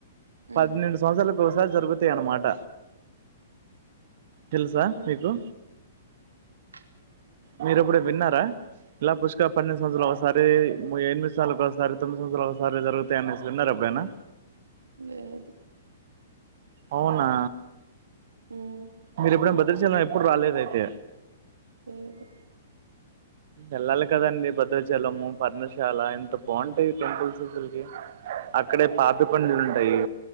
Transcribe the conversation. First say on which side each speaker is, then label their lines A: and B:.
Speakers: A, on the right; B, on the right.
A: హ్మ్.
B: పన్నేండు సంవత్సరాలకు ఒకసారి జరుగుతాయన్నమాట తెలుసా
A: హ్మ్.
B: మీకు
A: <inaudible>
B: మీరెప్పుడు విన్నారా ఇలా పుష్క పన్నెండు సంవత్సల ఒకసారి మ్ ఎనిమిది సాల్ల ఒకసారి తొమ్మిది సంవత్సరాలకోసారి జరుగుతాయనేసి విన్నరా ఎప్పుడైనా
A: లేదు
B: అవునా
A: ఉమ్
B: మీరెప్పుడన్ బద్రచలం ఎప్పుడు రాలేదయితే
A: లేదు
B: ఎళ్లాలి కదండి భద్రాచలము, పర్ణశాల ఎంత బావుంటయి టెంపుల్స్ అసల్కి అక్కడే పాపికొండలు ఉంటాయి